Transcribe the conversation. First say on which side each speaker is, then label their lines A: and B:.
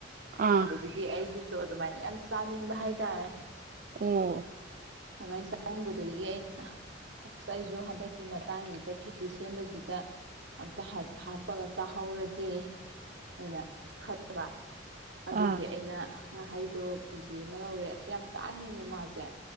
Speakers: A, on the right (about 45°); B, on the right (about 70°).
A: ꯑꯥ
B: ꯑꯗꯒꯤꯗꯤ ꯑꯩꯖꯤꯖꯨ ꯑꯗꯨꯃꯥꯏꯅ ꯌꯥꯝ ꯆꯥꯅꯤꯡꯕ ꯍꯥꯏꯇꯥꯔꯦ
A: ꯎꯝ
B: ꯑꯗꯨꯃꯥꯏ ꯆꯥꯅꯤꯡꯕꯗꯨꯗꯒꯤ ꯑꯩꯅ ꯑꯁ ꯑꯩꯁꯨ ꯍꯟꯗꯛꯀꯤ ꯃꯇꯥꯡꯖꯤꯗ ꯈꯦꯆꯤ ꯁꯦꯝꯕꯁꯤꯗ ꯑꯝꯇ ꯍꯥꯠ ꯍꯥꯞꯄꯒ ꯆꯥꯍꯧꯔꯒꯦ ꯑꯩꯅ ꯈꯠ ꯕ ꯑꯗꯨꯒꯤ
A: ꯑꯥ
B: ꯑꯩꯅ ꯉꯥꯍꯩꯗꯣ ꯀꯦꯖꯤ ꯑꯃꯥ ꯂꯧꯔꯦ ꯑꯁ ꯌꯥꯝ ꯇꯥꯡꯉꯤꯅꯦ ꯃꯥꯖꯦ